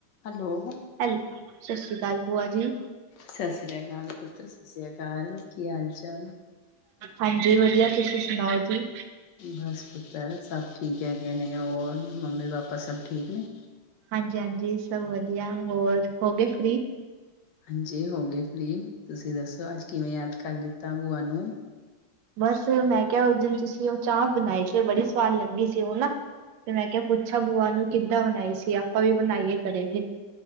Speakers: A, on the left; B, on the right.
A: ਹੈਲੋ
B: ਹੈਲ ਸਤਿ ਸ਼੍ਰੀ ਅਕਾਲ ਬੂਆ ਜੀ,
A: ਸਤਿ ਸ੍ਰੀ ਅਕਾਲ ਪੁੱਤਰ ਸਤਿ ਸ੍ਰੀ ਅਕਾਲ, ਕੀ ਹਾਲ ਚਾਲ?
B: ਹਾਂਜੀ ਵਧੀਆ, ਤੁਸੀਂ ਸੁਣਾਓ ਜੀ?
A: ਬਸ ਪੁੱਤਰ ਸਭ ਠੀਕ ਹੈਗੇ ਨੇ, ਹੋਰ ਮੰਮੀ ਪਾਪਾ ਸਭ ਠੀਕ ਨੇ?
B: ਹਾਂਜੀ-ਹਾਂਜੀ, ਸਭ ਵਧੀਆ ਹੋਰ ਹੋ ਗਏ ਫਰੀ?
A: ਹਾਂਜੀ ਹੋ ਗਏ ਫਰੀ, ਤੁਸੀਂ ਦੱਸੋ ਅੱਜ ਕਿਵੇਂ ਯਾਦ ਕਰ ਲਿੱਤਾ ਬੂਆ ਨੂੰ
B: ਬਸ ਮੈਂ ਕਿਹਾ ਉਸ ਦਿਨ ਤੁਸੀਂ ਉਹ ਚਾਹ ਬਣਾਈ ਸੀ ਬੜੀ ਸਵਾਦ ਲੱਗੀ ਸੀ ਉਹ ਨਾ ਤੇ ਮੈਂ ਕਿਹਾ ਪੁੱਛਾ ਬੂਆ, ਨੂੰ ਕਿੱਦਾਂ ਬਣਾਈ ਸੀ ਆਪਾਂ ਵੀ ਬਣਾਈਏ ਘਰੇ ਫਿਰ